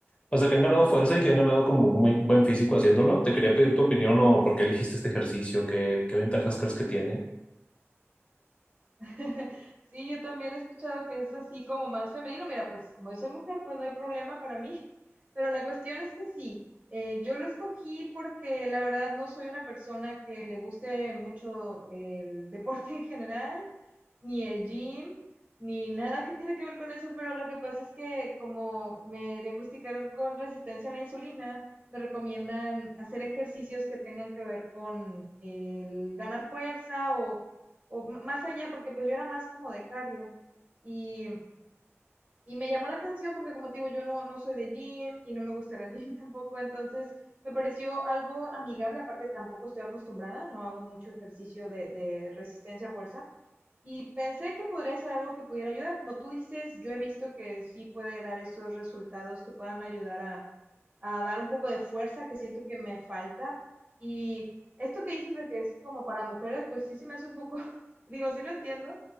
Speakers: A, on the left; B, on the right.
A: o sea, que han ganado fuerza y que han ganado como muy buen físico haciéndolo. Te quería pedir tu opinión o por qué elegiste este ejercicio, qué, qué ventajas crees que tiene.
B: <laughs> Sí, yo también he escuchado que es así como más femenino. Mira, pues como yo soy mujer, pues no hay problema para mí. <laughs> Pero la cuestión es que sí, eh, yo lo escogí porque la verdad no soy una persona que le guste mucho el deporte en general. ni el gym, ni nada que tiene que ver con eso, pero lo que pasa es que como me diagnosticaron con resistencia a la insulina, me recomiendan hacer ejercicios que tengan que ver con el ganar fuerza o, o m- más allá, porque pues yo era más como de cardio. Y, y me llamó la atención porque como te digo, yo no, no soy de gym y no me gusta ir al gym <laughs> tampoco, entonces me pareció algo amigable, aparte tampoco estoy acostumbrada, no hago mucho ejercicio de, de resistencia a fuerza. Y pensé que podría ser algo que pudiera ayudar. Como tú dices, yo he visto que sí puede dar esos resultados que puedan ayudar a, a dar un poco de fuerza que siento que me falta. Y esto que dices de que es como para mujeres, pues sí se me hace un poco, <laughs> digo, sí lo entiendo,